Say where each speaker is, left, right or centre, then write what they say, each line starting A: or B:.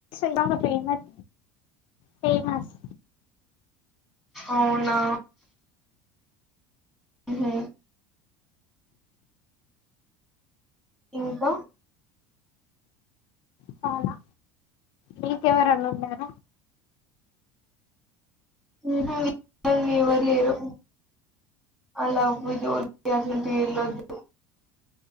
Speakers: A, on the left; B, in the centre.
A: ఇందాకక్కడ ఉన్నార్ ఫేమస్
B: అవునా ఉహూ ఇంకా
A: చాలా నీకు ఎవరన్న ఉన్నార
B: ఊహు ఎవరు లేరు అలా <unintelligible>